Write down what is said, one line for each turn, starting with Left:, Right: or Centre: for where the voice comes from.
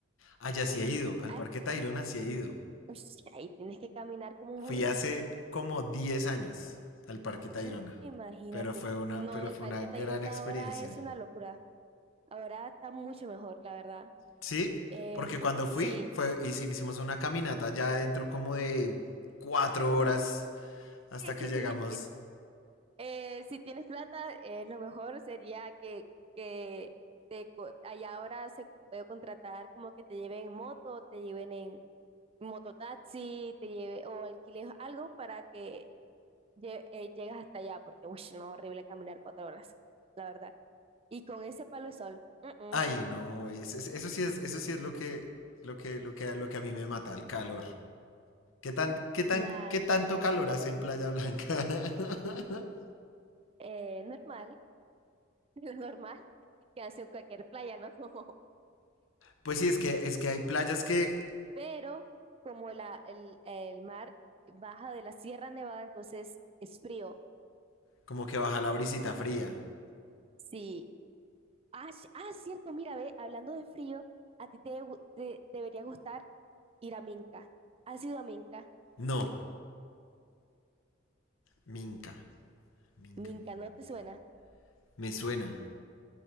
Left: Allá sí he ido, al
Right: Ah,
Left: Parque Tayrona sí he ido.
Right: uy, <laughs> ahí tienes que caminar como
Left: Fui
Right: un burro.
Left: hace como 10 años al Parque Tayrona,
Right: Uh, imagínate.
Left: pero fue una,
Right: No,
Left: pero
Right: el
Left: fue
Right: Parque
Left: una gran
Right: Tayrona
Left: experiencia.
Right: ahora es una locura. Ahora está mucho mejor, la verdad.
Left: Sí,
Right: Em,
Left: porque cuando fui,
Right: sí,
Left: fue, hici- hicimos una caminata ya dentro como de cuatro horas hasta
Right: <laughs>
Left: que llegamos.
Right: sí, Eh, si tienes plata, eh, lo mejor sería que, que te, co- allá ahora se puede contratar como que te lleven en moto, te lleven en mototaxi, te lleve o alquiles algo para que lle- eh, llegues hasta allá, porque uy, no, horrible caminar cuatro horas, la verdad. Y con ese palo de sol, mm, mm,
Left: Ay, no, es- es- eso sí es, eso sí es lo que, lo que, lo que, lo que a mí me mata, el calor. ¿Qué tan, qué tan,
Right: nada,
Left: qué tanto
Right: tú-
Left: calor hace en Playa Blanca? <laughs>
Right: eh, normal, <laughs> lo normal que hace en cualquier playa, ¿no? <laughs>
Left: Pues sí, es que, es que hay playas que
Right: pero como la, el, el mar baja de la Sierra Nevada, entonces es frío.
Left: como que baja la brisita fría.
Right: Sí. Ah, sh- ah, cierto, mira, ve, hablando de frío, a ti te, debe gu- te debería gustar ir a Minca. ¿Has ido a Minca?
Left: No, minca. Minca,
Right: Minca,
Left: Minca,
Right: ¿no
Left: Minca.
Right: te suena?
Left: Me suena.